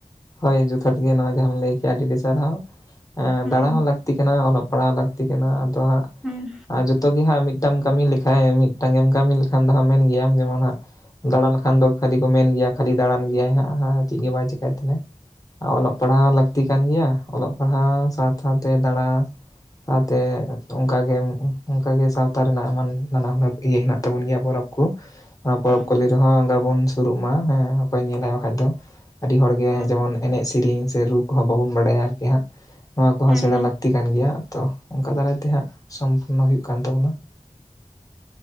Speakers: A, on the left; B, in the centre.
A: ᱦᱳᱭ ᱡᱚᱛᱷᱟᱛ ᱜᱮ ᱱᱚᱣᱟ ᱡᱟᱦᱟᱸᱟᱢ ᱞᱟᱹᱭ ᱠᱮᱜᱼᱟ ᱟᱹᱰᱤ ᱟᱹᱰᱤ ᱥᱟᱨᱦᱟᱣ ᱾
B: ᱦᱩᱸ
A: ᱫᱟᱬᱟ ᱦᱚᱸ ᱞᱟᱹᱠᱛᱤ ᱠᱟᱱᱟ ᱚᱞᱚᱜ ᱯᱟᱲᱦᱟᱣ ᱞᱟᱹᱠᱛᱤ ᱠᱟᱱᱟ ᱟᱫᱚ ᱦᱟᱸᱜ
B: ᱦᱩᱸ
A: ᱡᱚᱛᱚ ᱜᱮ ᱦᱟᱸᱜ, ᱢᱤᱫᱴᱟᱝ ᱮᱢ ᱠᱟᱹᱢᱤ ᱞᱮᱠᱷᱟᱡ ᱢᱤᱫᱴᱟᱝᱢ ᱠᱟᱹᱢᱤ ᱞᱮᱠᱷᱟᱱ ᱫᱚ ᱦᱟᱸᱜ ᱢᱮᱱ ᱜᱮᱭᱟᱢ ᱡᱮᱢᱚᱱ ᱦᱟᱸᱜ, ᱫᱟᱬᱟᱱ ᱠᱷᱟᱱ ᱫᱚ ᱠᱷᱟᱞᱤ ᱠᱚ ᱢᱮᱱ ᱜᱮᱭᱟ ᱠᱷᱟᱹᱞᱤ ᱫᱟᱬᱟᱱ ᱜᱮᱭᱟᱭ ᱦᱟᱸᱜ ᱦᱟᱸᱪᱮᱫ ᱜᱮ ᱵᱟᱭ ᱪᱮᱠᱟᱭ ᱛᱟᱦᱮᱱ ᱟᱨ ᱚᱞᱚᱜ ᱯᱟᱲᱦᱟᱜ ᱞᱟ ᱠ ᱛᱤ ᱠᱟᱱ ᱜᱮᱭᱟ ᱚᱞᱚᱜ ᱯᱟᱲᱦᱟᱶ ᱥᱟᱶ ᱥᱟᱶᱛᱮ ᱫᱟᱬᱟ ᱾ ᱥᱟᱶᱛᱮ ᱚᱝᱠᱟᱜᱮ ᱚᱝᱠᱟᱜᱮ ᱥᱟᱶᱛᱟ ᱨᱮᱱᱟᱜ ᱮᱢᱟᱱ ᱱᱟᱱᱟ ᱦᱩᱱᱟᱹᱨ ᱤᱭᱟᱹ ᱦᱮᱱᱟᱜ ᱛᱟᱵᱚᱱ ᱜᱮᱭᱟ ᱯᱚᱨᱚᱵᱽ ᱠᱚ ᱚᱱᱟ ᱯᱚᱨᱚᱵᱽ
B: ᱦᱩᱸ
A: ᱠᱚᱞᱤ ᱨᱮᱦᱚᱸ ᱚᱝᱠᱟ ᱵᱩᱱ ᱥᱳᱨᱳᱜ ᱢᱟ ᱦᱮᱸ ᱾ ᱚᱠᱚᱭ ᱧᱮᱞᱟᱭ ᱵᱟᱠᱷᱟᱡ ᱫᱚ ᱟᱹᱰᱤ ᱦᱚᱲᱜᱮ
B: ᱦᱩᱸ
A: ᱡᱮᱢᱚᱱ
B: ᱦᱩᱸ
A: ᱮᱱᱮᱡ ᱥᱮᱹᱨᱮᱹᱧ ᱥᱮ ᱨᱩᱯ ᱾ ᱠᱚᱦᱚᱸ ᱵᱟᱵᱚᱱ ᱵᱟᱲᱟᱭᱟ ᱟᱨᱠᱤ ᱦᱟᱸᱜ ᱱᱚᱣᱟ ᱠᱚᱦᱚᱸ
B: ᱦᱩᱸ
A: ᱥᱮᱬᱟ
B: ᱦᱩᱸ
A: ᱞᱟᱹᱠᱛᱤ ᱠᱟᱱ ᱜᱮᱭᱟ ᱛᱚ ᱾ ᱚᱝᱠᱟ ᱫᱟᱨᱟᱭ ᱛᱮ ᱦᱟᱸᱜ ᱥᱚᱢᱯᱩᱨᱱᱚ ᱦᱩᱭᱩᱜ ᱠᱟᱱ ᱛᱟᱵᱚᱱᱟ ᱾